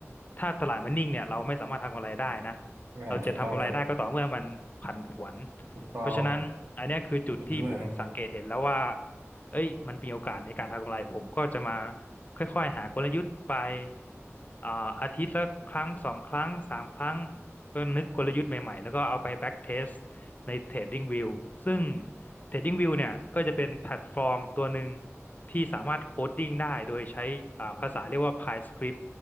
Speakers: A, on the left; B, on the right.
A: ถ้าตลาดมันนิ่งเนี่ยเราไม่สามารถทำกำไรได้นะ
B: อ่าถูกต้องครับ
A: เราจะทำกำไรได้ก็ต่อเมื่อมันผันผวน
B: ถูกต้อง
A: เพราะฉะนั้นอันเนี้ยคือจุดที่ผมสังเกตเห็นแล้วว่า
B: เห็นด้วยครับ
A: เอ้ยมันมีโอกาสในการทำกำไรผมก็จะมาค่อยๆหากลยุทธ์ไปอ่าอาทิตย์ละครั้งสองครั้งสามครั้ง ก็นึกกลยุทธ์ใหม่ๆแล้วก็เอาไป back test ใน Trading View ซึ่ง Trading View เนี่ยก็จะเป็นแพลตฟอร์มตัวหนึ่งที่สามารถโคดดิ้งได้โดยใช้อ่าภาษาเรียกว่า PyScript